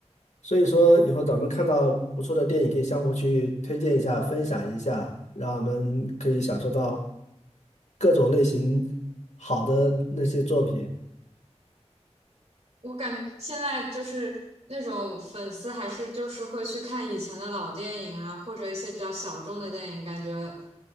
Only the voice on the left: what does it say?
所以说以后咱们看到不错的电影，可以相互去推荐一下、分享一下，让我们可以享受到各种类型好的那些作品。